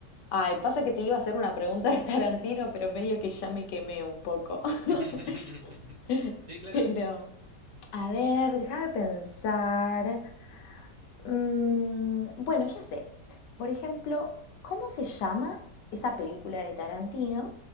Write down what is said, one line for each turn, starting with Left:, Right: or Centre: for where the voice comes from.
Left: Ay, pasa que te iba a hacer una pregunta de Tarantino, pero medio que ya me quemé un poco. <laughs>
Right: <laughs>
Left: <laughs>
Right: Sí, claro.
Left: Pero, a ver, déjame pensar. Mm, bueno, ya sé. Por ejemplo, ¿cómo se llama esa película de Tarantino